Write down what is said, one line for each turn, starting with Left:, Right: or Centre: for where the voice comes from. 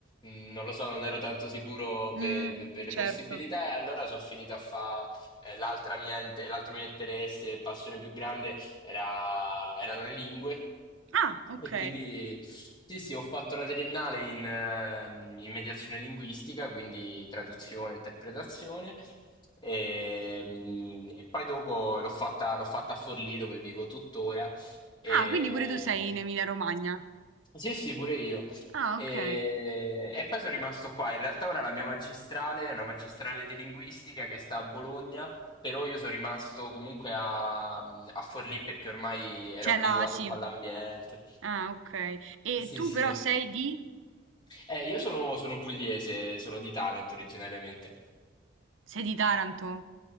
Left: "Mm, non lo so, non ero tanto sicuro
Right: mm,
Left: per, per- per le
Right: certo.
Left: possibilità e allora sono finito a fare l'altra mia, inte- l'altro mio interesse e passione più grande era- erano le lingue.
Right: Ah, ok.
Left: E quindi sì, sì, ho fatto la triennale in, ehm, in mediazione linguistica, quindi traduzione, interpretazione. E, mm, e poi dopo l'ho fatta, l'ho fatta a Forlì dove vivo tuttora. E...
Right: Ah, quindi pure tu sei in Emilia-Romagna.
Left: Sì, sì, pure io.
Right: Ah,
Left: E...
Right: ok.
Left: e poi sono rimasto qua. In realtà ora la mia magistrale è una magistrale di linguistica che sta a Bologna, però io sono rimasto comunque a, a Forlì perché ormai ero
Right: C'è
Left: abituato
Right: la, sì.
Left: un po' all'ambiente.
Right: Ah, ok. E
Left: Sì,
Right: tu
Left: sì.
Right: però sei di...
Left: Eh, io sono, sono pugliese, sono di Taranto originariamente.
Right: Sei di Taranto?